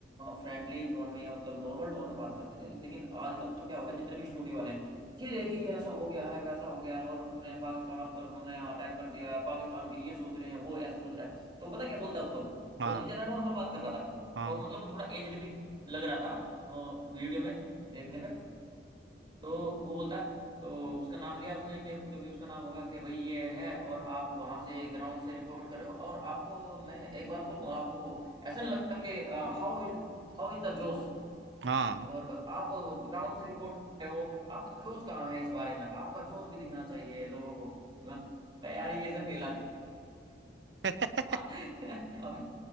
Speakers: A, on the right; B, on the right.
A: फ्रेंडली टोन में या मतलब नॉर्मल टोन में बात करते थे लेकिन आजकल तो क्या हो गया जितने भी स्टूडियो वाले हैं ये देखिए ये ऐसा हो गया है वैसा हो गया है, और उसने पाकिस्तान पर हमने अटैक कर दिया है पाकिस्तान के ये सोच रहे हैं वो ऐसा सोच रहा है तो पता क्या बोलता है उसको
B: हाँ
A: वो तो बेचारा नॉर्मल बात कर रहा था
B: हाँ
A: और मतलब वो थोड़ा एजड भी लग रहा था वीडियो में देखने पे तो वो बोलता है तो उसका नाम लिया उसने कि जो भी उसका नाम होगा कि भाई ये है और आप वहां से ग्राउंड से रिपोर्ट कर रहे हो और आपको मैं एक बात बोलूं आपको ऐसा नहीं लगता कि how is how is the जोश
B: हाँ
A: और आप ग्राउंड से रिपोर्ट कर रहे हो आपका जोश कहाँ है इस बारे में आपका जोश भी दिखना चाहिए लोगों को मैं कहा, यार ये सब पीला
B: <laughs>
A: अब